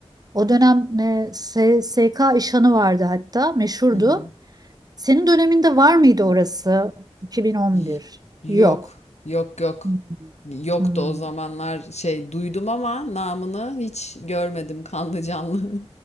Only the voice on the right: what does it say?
o dönem e, SSK İşhan'ı vardı hatta meşhurdu.
Senin döneminde var mıydı orası? 2011.
Yok.
Hmm.
Hmm.